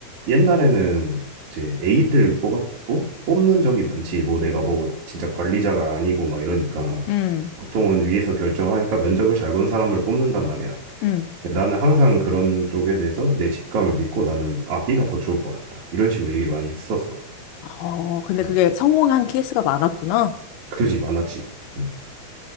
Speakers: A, on the right; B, on the left.
A: 옛날에는 이제 A를 뽑았, 뽑, 뽑는 적이 많지. 뭐 내가 뭐 진짜 관리자가 아니고 막 이러니까
B: 음,
A: 보통은 위에서 결정을 하니까 면접을 잘 본 사람을 뽑는단 말이야.
B: 음.
A: 근데 나는 항상 그런 쪽에 대해서 내 직감을 믿고 나는 아, B가 더 좋을 것 같다. 이런 식으로 얘기를 많이 했었어.
B: 어, 근데
A: 음.
B: 그게 성공한 케이스가 많았구나.
A: 그지 많았지. 음.